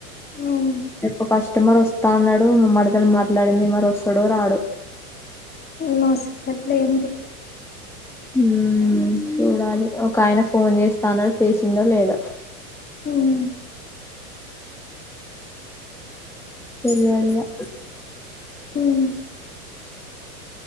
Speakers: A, on the left (about 20°); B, in the centre.
A: హ్మ్
B: రేపు కస్టమర్ వస్తా అన్నాడు మా మర్దల్ మాట్లాడింది మరి వస్తాడో రాడో
A: నాసిక్ ఇంకేంటి
B: హుమ్ చూడాలి ఒకయన ఫోన్ జేస్తా అన్నడు జేసిండో లేడో
A: ఉమ్
B: తెల్వదిగా
A: హుమ్